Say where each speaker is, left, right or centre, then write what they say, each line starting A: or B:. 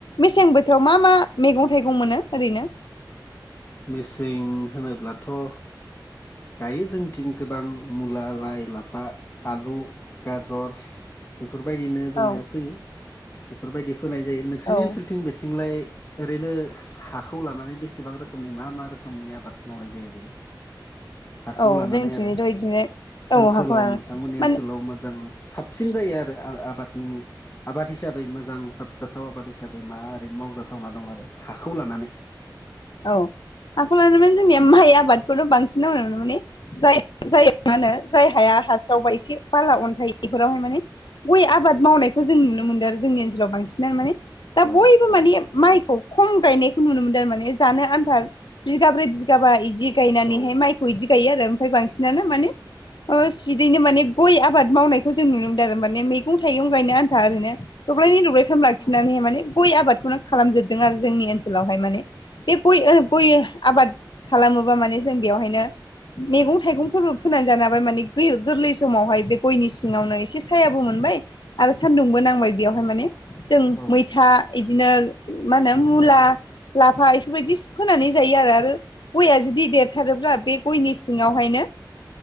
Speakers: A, on the left (about 75°); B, on the left (about 35°).
A: मेसें बोथोराव मा मा मैगं थाइगं मोनो ओरैनो?
B: मेसें होनोब्लाथ' गायो जोंनिथिं गोबां मुला लाइ लाफा आलु गाजर बेफोरबायदिनो जोंनिया
A: औ
B: फोयो बेफोरबायदि फोनाय जायो नोंसोरनि
A: औ
B: ओनसोलथिं बे थिंलाय ओरैनो हा-हाखौ लानानै बेसेबां रो खोमनि मा मा रोखोमनि आबाद मावनाय जायो ओरैनो? हाखौ
A: औ
B: लानानै
A: जोंनिथिंजायथ'
B: आरो
A: बिदिनो औ
B: ओनसोलाव
A: हाखर
B: नोंथांमोननि
A: माने
B: ओनसोलाव मोजां साबसिन जायो आरो आ-आबादनि आबाद हिसाबै मोजां साबजाथाव आबाद हिसाबै मा ओरैनो मावजाथावना दं आरो हाखौ लानानै?
A: औ हाखौ लानानै माने जोंनिया माइ आबादखौनो बांसिन मावनाय मोनो माने जाय जाय मा होनो? जाय हाया
B: औ
A: हास्रावबा एसे बाला अन्थाइ बेफोरावहाय माने गय आबाद मावनाय खौ जों
B: औ
A: नुनो
B: औ
A: मोनदों आरो जोंनि ओनसोलाव बांसिनानो माने दा
B: गय
A: बयबो
B: गय
A: माने माइखौ
B: औ
A: खम गायनायखौ नुनो मोनदों आरो माने जानो आन्था बिगाब्रै
B: औ
A: बिगाबा इदि गायनानैहाय
B: औ
A: माइ खौ इदि गायो आरो ओमफाय बांसिनानो माने ओ सिदैनो माने गय आबाद मावनायखौ जों नुनो मोनदों आरो माने मैगं थाइगं गायनो आन्था ओरैनो दब्लायनै दब्लाय थाम लाखिनानै
B: औ
A: माने गय आबादखौनो खालामजोबदों आरो जोंनि ओनसोलावहाय माने बे गय आरो गय आबाद खालामोबा माने जों बेवहायनो मैगं थाइगंफोरबो फोननानै जानो हाबाय माने गै गोरलै समावहाय बे गयनि सिङावनो एसे सायाबो मोनबाय। आरो सान्दुंबो नांबाय। बेयावहाय माने
B: औ
A: जों
B: औ
A: मैथा इदिनो मा होनो मुला लाफा बेफोरबायदि फोनानै जायो आरो आरो गया जुदि देरथारोब्ला बे गयनि सिङावहायनो
B: औ